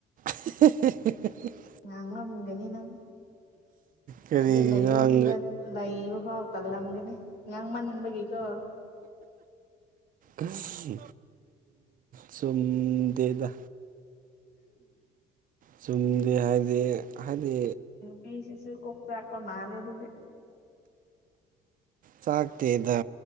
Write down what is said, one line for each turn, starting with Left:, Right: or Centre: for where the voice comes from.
Right: <unintelligible>
Left: ꯉꯥꯡ ꯉꯝꯒꯅꯤ ꯅꯪ
Right: ꯀꯔꯤꯒꯤ
Left: ꯑꯗꯨꯅ
Right: ꯉꯥꯡ
Left: ꯌꯨꯝꯗ ꯂꯩꯕ ꯐꯥꯎ ꯇꯜꯂꯝꯒꯅꯤ ꯉꯥꯡ ꯃꯟꯕꯒꯤꯀꯣ
Right: ꯑꯥ ꯆꯨꯝꯗꯦꯗ ꯆꯨꯝꯗ‌ꯦ ꯍꯥꯏꯗꯤ ꯍꯥꯏꯗꯤ
Left: ꯑꯩꯁꯤꯁꯨ ꯀꯣꯛ ꯆꯥꯛꯄ ꯃꯥꯜꯂ‌ꯦ ꯑꯗꯨꯗꯤ
Right: ꯆꯥꯛꯇꯦꯗ